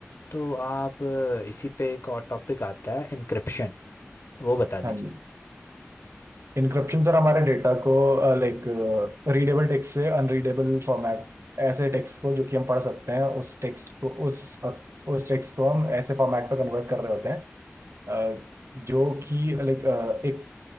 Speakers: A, on the left; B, on the right.
A: तो आप अ, इसी पे एक और टॉपिक आता है इनक्रिप्शन वो बता दीजिए
B: हाँ जी इनक्रिप्शन सर हमारे डेटा को लाइक रीडेबल टेक्स्ट से अनरीडेबल फॉर्मेट ऐसे टेक्स्ट को जो कि हम पढ़ सकते हैं उस टेक्स्ट को उस अ, उस टेक्स्ट को हम ऐसे फॉर्मेट पर कन्वर्ट कर रहे होते हैं अ, जो कि लाइक एक